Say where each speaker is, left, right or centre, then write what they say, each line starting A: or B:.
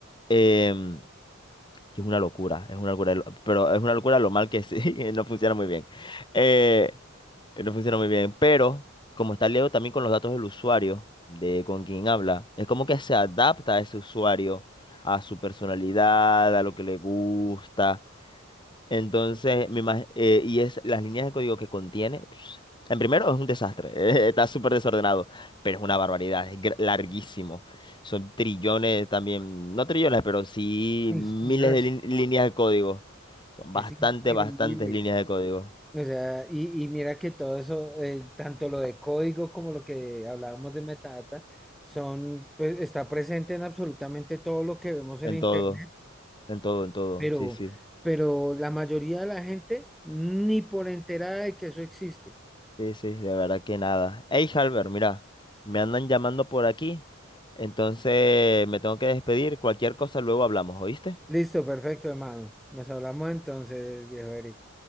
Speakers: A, on the left; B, in the centre.
A: Em, y es una locura, es una locura, pero es una locura lo mal que sí, <laughs> no funciona muy bien. Eh, no funciona muy bien, pero como está liado también con los datos del usuario, de con quien habla, es como que se adapta a ese usuario, a su personalidad, a lo que le gusta. Entonces, me imag- eh, y es las líneas de código que contiene. pss, En primero, es un desastre, <laughs> eh, está súper desordenado, pero es una barbaridad, es gr- larguísimo. Son trillones también, no trillones, pero sí
B: Uy,
A: miles
B: no, es
A: de lin- líneas de código. Son
B: que
A: bastante,
B: es increíble.
A: bastantes líneas de código.
B: O sea, y, y mira que todo eso, eh, tanto lo de código como lo que hablábamos de metadata, son, pues, está presente en absolutamente todo lo que vemos en
A: En
B: internet,
A: todo, en todo, en todo.
B: pero,
A: Sí, sí,
B: pero la mayoría de la gente ni por enterada de que eso existe.
A: sí, sí, de verdad que nada. Hey, Halber, mira, me andan llamando por aquí, entonces me tengo que despedir. Cualquier cosa luego hablamos, ¿oíste?
B: Listo, perfecto, hermano. Nos hablamos entonces, viejo Eric.